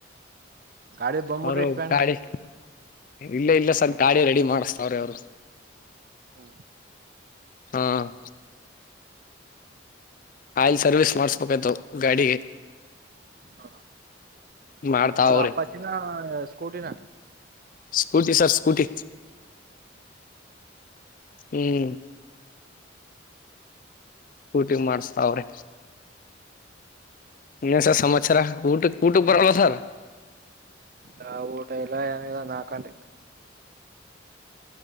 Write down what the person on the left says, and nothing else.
ಅವರು
ಗಾಡಿ ಇಲ್ಲ ಇಲ್ಲ ಸರ್ ಗಾಡಿ ರಡಿ ಮಾಡಸ್ತಾವ್ರೆ ಅವರು
ಹ್ಮ್. ಆಯಿಲ್ ಸರ್ವಿಸ್ ಮಾಡ್ಸ್ಬೇಕಾಯತು ಗಾಡಿಗೆ.
ಮಾಡ್ತಾ
ಅವ್ರೆ
ಸ್ಕೂಟಿ ಸರ್ ಸ್ಕೂಟಿ ಹ್ಮ್. ಸ್ಕೂಟಿ ಮಾಡಸ್ತಾವರೆ. ಇನ್ನ ಏನ್ ಸರ್ ಸಮಚಾರ ಊಟಕ ಊಟಕ ಬರಾಗಲ್ಲ ಸರ್.